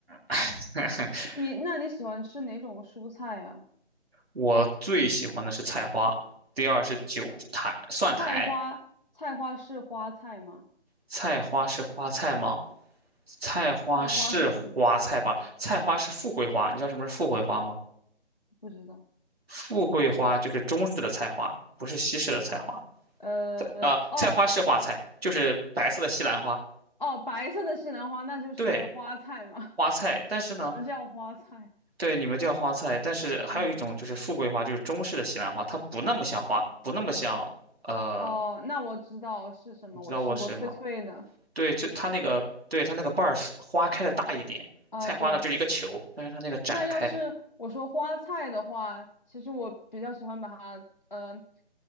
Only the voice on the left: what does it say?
你那你喜欢吃哪种蔬菜呀、
菜花，菜花是花菜吗？
菜花是什么？
不知道。
呃，
哦，
哦，白色的西兰花那就是花菜嘛，
<laughs>
我们叫花菜。
嗯，
嗯，
哦，那我知道是什么，
我吃过脆脆的。
啊、
对，
那要是我说花菜的话，其实我比较喜欢把它，呃，